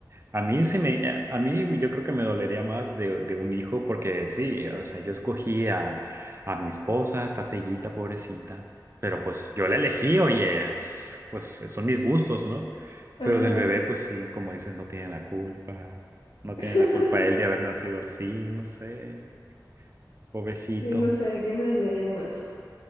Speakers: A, on the right; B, on the left.
A: A mí sí me, a a mí yo creo que me dolería más de, de un hijo porque sí, o sea, yo escogí a, a mi esposa, está feíta, pobrecita, pero pues yo la elegí, oye, es- pues son mis gustos, ¿no?
B: Ajá.
A: Pero del bebé, pues sí, como dices, no tiene la culpa, no tiene
B: <laughs>
A: la culpa él de haber nacido así, no sé, pobrecito.
B: Sí, no sé, ¿qué me dolería más?